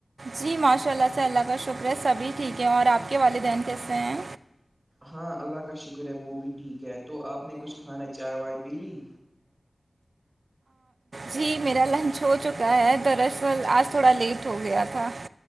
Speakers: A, on the right; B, on the right.
A: جی ماشاء اللہ سے اللہ کا شکر ہے سبھی ٹھیک ہیں اور آپ کے والدین کیسے ہیں
B: ہاں اللہ کا شکر ہے وہ بھی ٹھیک ہے تو آپ نے کچھ کھانا چائے وائے پی لی
A: جی میرا لنچ ہو چکا ہے دراصل آج تھوڑا لیٹ ہو گیا تھا